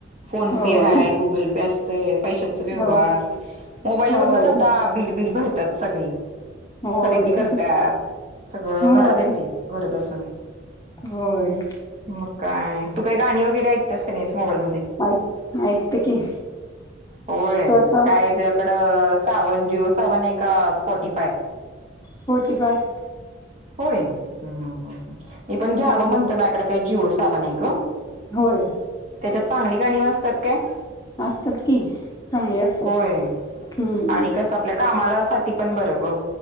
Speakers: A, on the right; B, on the left.
A: फोन
B: होय
A: पे हाय, गुगल पे असतय, पैशाचा व्यवहार
B: हो
A: मो मोबाईल
B: होय
A: वरनच आता बिलबिल भरत्यात सगळी,
B: होय
A: खरेदी करत्यात. सगळं
B: होय
A: घरात येते घर बसून.
B: होय.
A: मग काय तू काही गाणी वगैरे ऐकतेस का नाहीस, मोबाईल मध्ये.
B: ऐक ऐकते की
A: होय.
B: तो आता
A: काय तुझ्याकडे सावन जीओ सावन आहे का स्पॉटीफाय
B: फोर्टी फाय.
A: होय. ह ह ह मी पण घ्यावं
B: हम्म
A: म्हणतो मायकड काही जिओसावन हाय ग.
B: होय.
A: त्याच्यात चांगली गाणी वाजतात काय?
B: असतात कि, चांगले असतात
A: होय
B: हम्म.
A: आणि कसं आपल्या कामाला साठी पण बर ग.